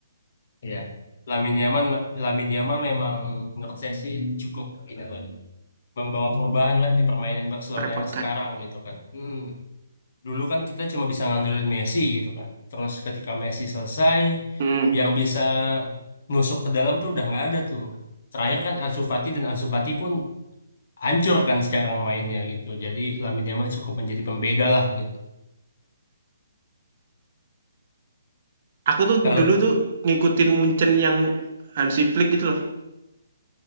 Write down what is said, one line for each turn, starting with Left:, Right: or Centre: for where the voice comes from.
Left: iya. Lamine Yamal, Lamine Yamal memang menurut saya sih cukup ini lah, membawa perubahan lah di permainan Barcelona
Right: merepotkan.
Left: yang sekarang gitu kan. Hmm. dulu kan kita cuma bisa ngandelin Messi gitu kan. Terus ketika Messi selesai,
Right: Hmm.
Left: yang bisa nusuk ke dalam tuh udah nggak ada tuh. Terakhir kan Ansu Fati dan Ansu Fati pun hancur kan sekarang mainnya gitu. Jadi Lamine Yamal cukup menjadi pembeda lah gitu.
Right: Aku tuh
Left: Kalau
Right: dulu tuh ngikutin Munchen yang Hansi Flick itu loh.